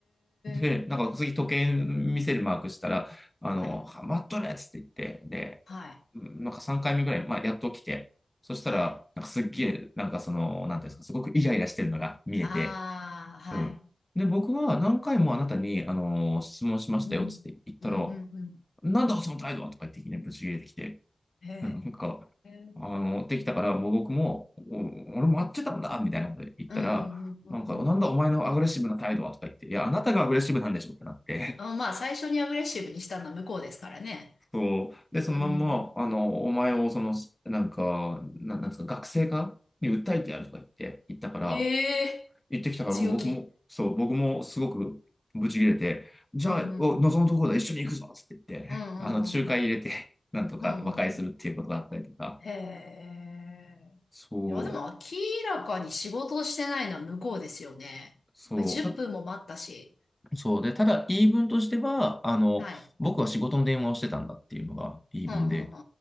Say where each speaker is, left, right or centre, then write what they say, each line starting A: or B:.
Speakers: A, on the left; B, on the left.
A: で、
B: え。
A: なんか次時計見せるマークしたら、あの、
B: はい。
A: は待っとれっつって言って、で、
B: はい。
A: うんなんか3回目ぐらい、まあやっと来て、そしたら、
B: はい。
A: なんかすっげえ、なんかその、なんていうんですか、すごくイライラしてるのが見えて、
B: ああ、はい。
A: うん。で、僕は何回もあなたに、あの質問しましたよっつって言ったら、
B: うん。うん、うん、う
A: なんだその態度はとか言っていきなりぶち切れてきて、
B: ん。へ
A: なんか、
B: え。
A: あの、できたから、もう僕も、お俺も会ってたんだ、みたいなこと言ったら、
B: うん、うん、うん、
A: なんか、
B: うん。うん
A: なんだお前のアグレッシブな態度はとか言って、いや、あなたがアグレッシブなんでしょってなって、
B: あ、まあ、最初にアグレッシブにしたのは向こうですからね。
A: <laughs> そう。で、そのまんま、
B: うん。
A: あの、お前を、その、なんか、なんなんですか、学生化に訴えてやるとか言って、言ったから、
B: へえ。
A: 言ってきたから、
B: 強気。
A: もう僕も、そう、僕もすごくブチ切れて、じゃあ、
B: うん、うん、
A: お望むところだ、
B: うん。
A: 一緒に行くぞつって言って、
B: うん、うん、
A: <laughs> あの、
B: うん、
A: 仲介入れて、
B: うん。
A: なんとか和解するっていうことがあったりとか、
B: うんうんうんへえ。
A: そう。
B: いや、でも明らかに仕事をしてないのは向こうですよね。
A: そう。
B: 10分も待ったし。
A: た、そうで、ただ言い分としては、あの、
B: はい。
A: 僕は仕事の電話をしてたんだっていうのが言い分で、
B: うん、うん、